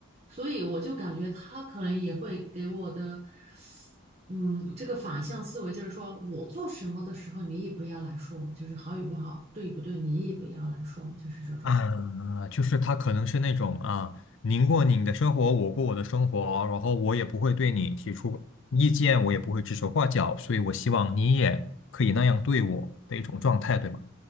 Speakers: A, on the right; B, on the left.
A: 所以我就感觉他可能也会给我的，嗯，这个反向思维，就是说我做什么的时候，你也不要来说，就是好与不好，对与不对，你也不要来说，就是这种，
B: 啊，就是他可能是那种啊，您过您的生活，我过我的生活，然后我也不会对你提出意见，我也不会指手画脚，所以我希望你也可以那样对我的一种状态，对吗？